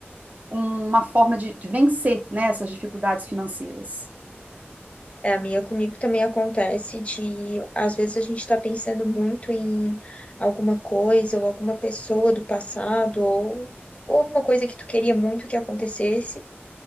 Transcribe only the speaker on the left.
É, a minha comigo também acontece de, às vezes, a gente está pensando muito em alguma coisa ou alguma pessoa do passado ou, ou alguma coisa que tu queria muito que acontecesse